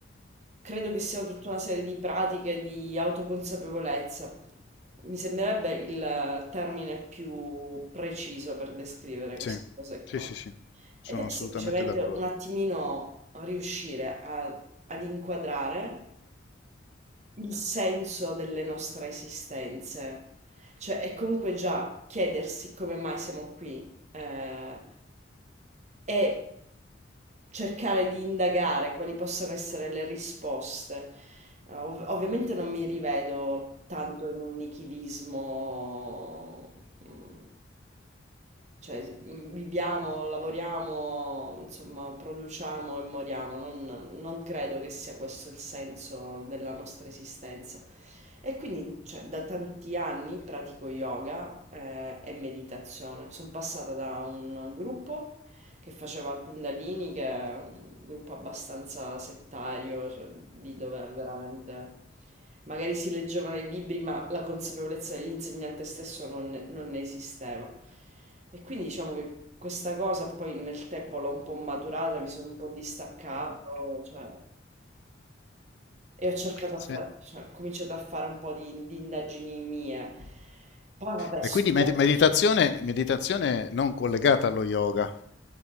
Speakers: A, on the right (about 35°); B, on the left (about 60°).
A: credo che siano tutta una serie di pratiche di autoconsapevolezza. Mi sembrerebbe il termine più preciso per descrivere
B: sì,
A: queste cose
B: sì,
A: qua.
B: sì, sì, sono
A: Ed è
B: assolutamente
A: semplicemente
B: d'accordo.
A: un attimino riuscire a- ad inquadrare il senso delle nostre esistenze. Cioè, è comunque già chiedersi come mai siamo qui, eh, e cercare di indagare quali possano essere le risposte. Eh, ov- ovviamente non mi rivedo tanto in un nichilismo. mm, cioè, mhmm, viviamo, lavoriamo, insomma, produciamo e moriamo. Non non credo che sia questo il senso della nostra esistenza. E quindi, cioè, da tanti anni pratico yoga, ehm, e meditazione. Son passata da un gruppo che faceva Kundalini, che è un gruppo abbastanza settario, cioè, lì dove veramente magari si leggevano i libri, ma la consapevolezza dell'insegnante stesso non ne, non ne esisteva. E quindi diciamo che questa cosa poi nel tempo l'ho un po' maturata, mi sono un po' distaccato, cioè, e ho cercato a
B: Sì.
A: fare, cioè, ho cominciato a fare un po' di, di indagini mie. Poi vabbè,
B: E
A: studiavo,
B: quindi med- meditazione, meditazione non collegata allo yoga,